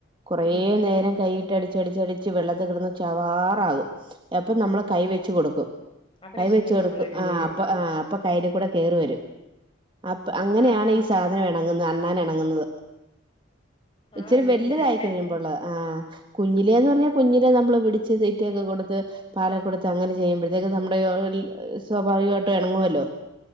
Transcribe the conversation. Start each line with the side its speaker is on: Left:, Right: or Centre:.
Right: കുറേ
Left: ഉം
Right: നേരം കൈയിട്ട് അടിച്ചടിച്ചടിച്ച് വെള്ളത്തി കിടന്ന് ചവാറാകും.. അപ്പൊ നമ്മള്
Left: ഉം
Right: കൈ വെച്ച് കൊടുക്കും
Left: അപ്പൊ
Right: കൈ
Left: രക്ഷിക്കും
Right: വെച്ച് കൊടുക്കും
Left: നമ്മള് രക്ഷിക്കോ
Right: ആഹ അപ്പ ആ.. അപ്പ കയ്യില കൂടെ കയറി വരും അപ്പ അങ്ങനെയാണ്
Left: ആഹ്
Right: ഈ സാധനം ഇണങ്ങുന്നത് അണ്ണാൻ ഇണങ്ങുന്നത്..
Left: ആഹ്
Right: ഇച്ചിരി
Left: ഇതെനിക്കറിയത്തില്ലായിരുന്നു
Right: വല്ല്തായി കഴിയുമ്പോള്ളത് ആഹ.. കുഞ്ഞിലേന്ന് പറഞ്ഞാൽ കുഞ്ഞിലെ നമ്മള് പിടിച്ച് തീറ്റയൊക്കെ കൊടുത്ത്.. പാലക്കെ കെടുത്ത് അങ്ങനെ ചെയ്യുമ്പോഴത്തേക്ക് നമ്മുടെ ഓള് സ്വാഭാവികമായിട്ടും ഇണങ്ങുമല്ലോ..